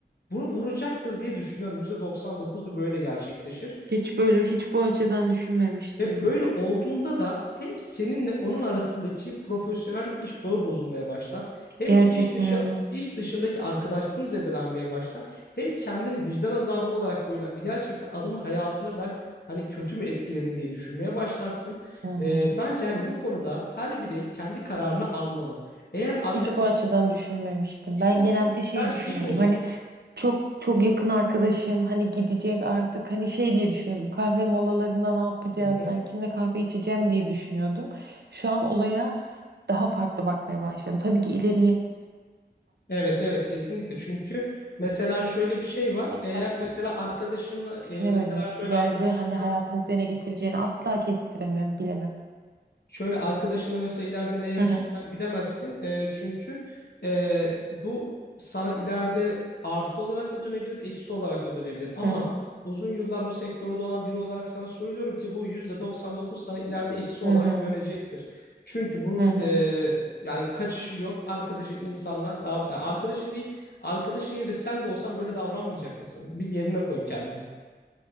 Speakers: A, on the left; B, on the right.
A: bunu vuracaktır diye düşünüyorum. yüzde doksan dokuz da böyle gerçekleşir.
B: Hiç böyle hiç bu açıdan düşünmemiştim.
A: Ve böyle olduğunda da hem seninle onun arasındaki profesyonellik iş bağı bozulmaya başlar. Hem
B: Gerçekten
A: de iş dışı
B: öyle.
A: iş dışındaki arkadaşlığın zedelenmeye başlar. Hem kendini vicdan azabı olarak böyle gerçekten adamın hayatını ben hani kötü mü etkiledim diye düşünmeye başlarsın.
B: Hı hı.
A: Ee, bence hani bu konuda her birey kendi kararını almalı. Eğer arkadaş
B: Hiç bu açıdan düşünmemiştim.
A: gitmesin
B: Ben genelde şey
A: sence
B: düşünüyordum.
A: iyi mi olur?
B: Hani çok çok yakın arkadaşım hani gidecek artık hani şey diye düşünüyordum kahve molalarında ne yapacağız
A: Hı hı.
B: ben kimle kahve içeceğim diye düşünüyordum. Şu an olaya daha farklı bakmaya başladım. Tabii ki ileriye
A: Evet evet kesinlikle çünkü mesela şöyle bir şey var
B: asla
A: eğer mesela arkadaşınla
B: düşünemedim.
A: e, mesela şöyle
B: ileride
A: arkadaşınla
B: hani hayatımızda ne getireceğini asla kestiremem bilemem.
A: Şöyle arkadaşına mesela ileride ne yapacağını
B: Hı hı
A: yani bilemezsin. Eee, çünkü eee, bu sana ileride artı olarak da dönebilir, eksi olarak da dönebilir. Ama
B: hı hı
A: uzun yıllar bu sektörde olan biri olarak sana söylüyorum ki bu %99 sana ileride eksi
B: hı
A: olarak
B: hı.
A: dönecektir. Çünkü bunun
B: hı hı.
A: eee yani kaçışı yok. Arkadaşın insanlar daha arkadaşın değil, arkadaşın yine de sen de olsan böyle davranmayacak mısın? Bir yerine koy kendini.